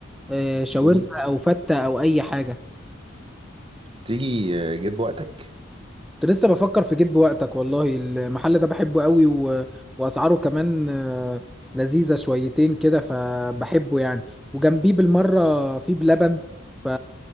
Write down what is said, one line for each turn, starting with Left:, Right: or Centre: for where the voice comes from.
Centre: آه، شاورما
Right: سوري
Centre: او فته او اي حاجه
Right: تيجي آه، جيب وقتك
Centre: كنت لسه بفكر في جيب وقتك والله المحل ده بحبه قوي و... واسعاره كمان آه، لذيذة شويتين كده فبحبه يعني وجنبيه بالمرة في بلبن ف...